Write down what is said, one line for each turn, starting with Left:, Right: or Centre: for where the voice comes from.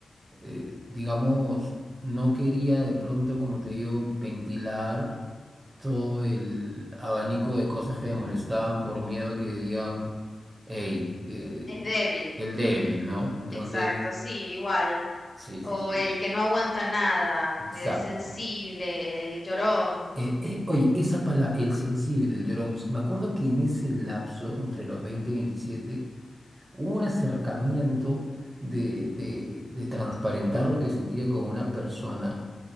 Right: eh, digamos, no quería de pronto, como te digo, ventilar todo el abanico de cosas que me molestaban por miedo a que digan, hey, eh,
Left: Es débil,
Right: el débil, ¿no? Entonces,
Left: exacto, sí, igual.
Right: sí,
Left: O
Right: sí, sí,
Left: el que no aguanta nada,
Right: exacto.
Left: el sensible, el llorón,
Right: Eh, eh, oye, esa palabra, el sensible, el llorón, me acuerdo que en ese lapso, entre los 20 y 27 hubo un acercamiento de, de, de transparentar lo que sentía con una persona